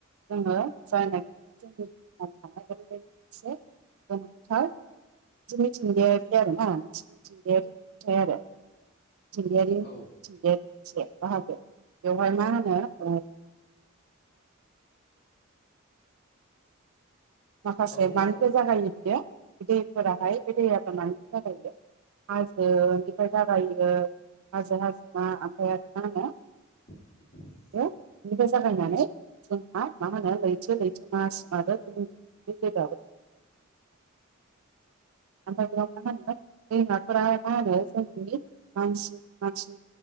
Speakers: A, on the right; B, on the left.
A: जोङो जायनाखि जोंनि बुहुमाव थानाय ओरैबायदि मोनसे गोमोथाव मोनसे मिथिंगायारि आरो ना मोनसे मिथिंगायारि नुथाय आरो। मिथिंगायारि मिथिंगायारि
B: औ
A: मोनसे बाहागो। बेवहाय मा होनो ओ माखासे
B: औ बुंनो
A: मानिफ्राय
B: हागोन
A: जागायो बियो बे दैफोराहाय बे <unintelligible> मानोथो जागायो हाजोनिफ्राय जागायो हाजो हाजोमा ओमफाय आरो मा होनो
B: <inaudible>
A: <unintelligible> बेनिफाय जागायनानै जोंहा मा होनो लैथो लैथोमासिम आरो गुबुन गु <unintelligible> ओमफाय बेयाव मा होनो दैमाफोरा माहोनो जोंनि मानसि मानसि